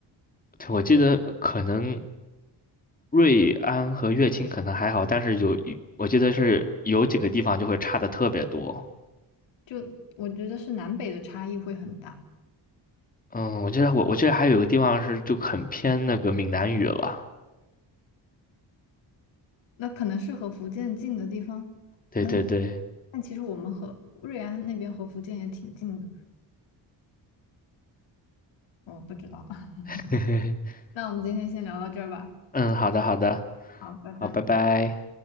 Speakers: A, on the left (about 20°); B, on the left (about 85°).
A: 我记得可能瑞安和乐清可能还好，但是有一我记得是有几个地方就会差的特别多。
B: 就我觉得是南北的差异会很大。
A: 嗯，我记得我我记得还有个地方是就很偏那个闽南语了。
B: 那可能是和福建近的地方。
A: 对对对，
B: 那但其实我们和瑞安那边和福建也挺近的，我不知道。<laughs>
A: <laughs>
B: 那我们今天先聊到这儿吧。
A: 嗯，好的好的，
B: 好，拜拜。
A: 好，拜拜。